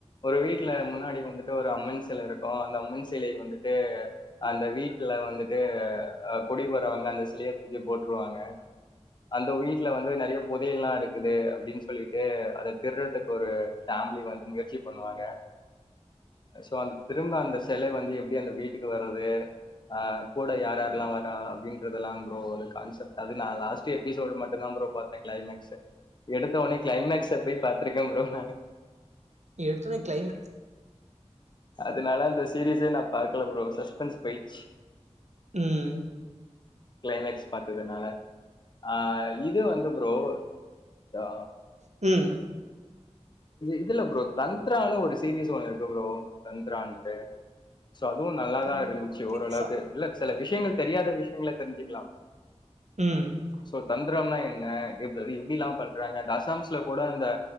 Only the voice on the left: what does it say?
ஒரு வீட்ல முன்னாடி வந்துட்டு ஒரு அம்மன் சில இருக்கு அந்த அம்மன் சிலைய வந்துட்டு அந்த வீட்ல வந்துட்டு அ குடி போறவங்க அந்த சிலைய தூக்கி போட்ருவாங்க அந்த வீட்ல வந்து நறைய போதையல்லா இருக்குது அப்டின் சொல்லிட்டு அத திருடுறதுக்கு ஒரு ஃபேமிலி வந்து முயற்சி பண்ணுவாங்க சோ அந்த திரும்ப அந்த செல வந்து எப்டி அந்த வீட்டுக்கு வருது ஆ கூட யார் யாரெல்லா வரா அப்டின்றதெல்லா ப்ரோ கான்செப்ட் அது நா லாஸ்ட் எபிசோட் மட்டுதா ப்ரோ பாத் கிளைமேக்ஸு எடுத்த உட்னே கிளைமேக்ஸ போய் பாத்துருக்கே ப்ரோ நானு
அதுனால அந்த சீரிஸே நா பாக்கல ப்ரோ சஸ்பென்ஸ் போய்ச்சு
க்ளைமேக்ஸ் பாத்ததுனால ஆ இது வந்து ப்ரோ ஆ
இதுல ப்ரோ தந்தரான்னு ஒரு சீரிஸ் ஒன்னு இருக்கு ப்ரோ தந்தரான்ட்டு சோ அதுவு நல்லாதா
இருந்ச்சு
ஓரளவுக்கு இல்ல சில விஷயங்கள் தெரியாத விஷயங்கள தெரிஞ்சுக்கலா
சோ தந்தரம்னா என்ன எப்டிலா பண்றாங்க இந்த அசாம்ஸ்ல கூட அந்த